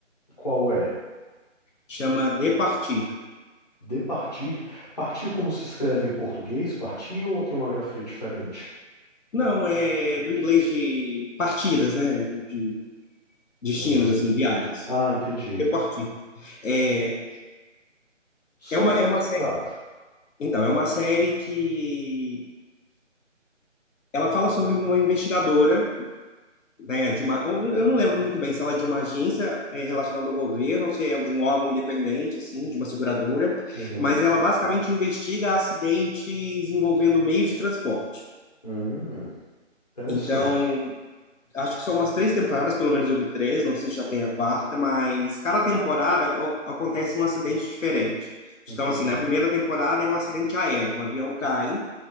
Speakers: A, on the left (about 35°); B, on the left (about 85°).
A: Qual é?
B: chama De Partir.
A: De partir? Partir como se escreve em português? Partir ou tem uma grafia diferente?
B: Não, é do inglês de partidas, né, de destinos,
A: Uhum.
B: assim, viagens.
A: Ah, entendi.
B: De Partir. É,
A: Sobre
B: é uma,
A: o
B: é
A: que
B: uma
A: se trata?
B: Então, é uma série que ela fala sobre uma investigadora, né, de uma, eu não lembro muito bem se ela é de uma agência eh, relacionada ao governo, ou se é de um órgão independente, assim, de uma seguradora,
A: Uhum.
B: mas ela basicamente investiga acidentes envolvendo meios de transporte.
A: Uhum. Interessante.
B: Então, acho que são umas três temporadas, pelo menos eu vi três, não sei se já tem a quarta, mas cada temporada ac- acontece um acidente diferente.
A: Entendi.
B: Então, assim, na primeira temporada é um acidente aéreo, um avião cai